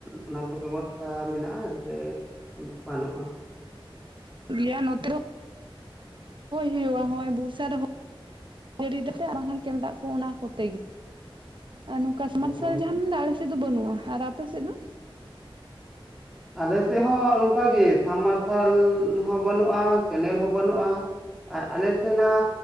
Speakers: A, in the centre; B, on the right.
A: ᱚᱱᱟ ᱠᱚ ᱵᱮᱵᱚᱥᱛᱟ ᱢᱮᱱᱟᱜᱼᱟ ᱥᱮ ᱵᱟᱹᱱᱩᱜᱼᱟ?
B: ᱭᱟ <inaudible> ᱱᱚᱛ ᱦᱮ <inaudible> ᱵᱩᱨᱥᱟ ᱨᱮᱦᱚ ᱡᱟᱹᱲᱤᱭ ᱫᱟᱯᱮ ᱟᱨ ᱵᱟᱝᱠᱷᱟᱱ ᱠᱮᱞ ᱫᱟᱜ ᱠᱚ ᱚᱱᱟ ᱠᱚᱛᱮ ᱜᱮ᱾ ᱟᱨ ᱱᱚᱝᱠᱟᱥᱢ ᱢᱟᱨᱥᱟᱞ
A: ᱚ
B: ᱡᱟᱦᱟᱸᱟᱢ ᱢᱮᱱ ᱮᱫᱟ ᱟᱞᱮᱮᱥᱮᱫ ᱫᱚ ᱵᱟᱹᱱᱩᱜᱼᱟ, ᱟᱨ ᱟᱯᱮ ᱥᱮᱫ ᱫᱚ?
A: ᱟᱞᱮ ᱥᱮᱫ ᱦᱚᱸ ᱚᱱᱠᱟᱜᱮ ᱥᱟᱵ ᱢᱟᱨᱥᱟᱞ ᱦᱚᱸ ᱵᱟᱹᱱᱩᱜᱼᱟ, ᱠᱮᱱᱮᱞ ᱦᱚᱸ ᱵᱟᱹᱱᱩᱜᱼᱟ, ᱟᱨ ᱟᱞᱮ ᱥᱮᱱᱟᱜ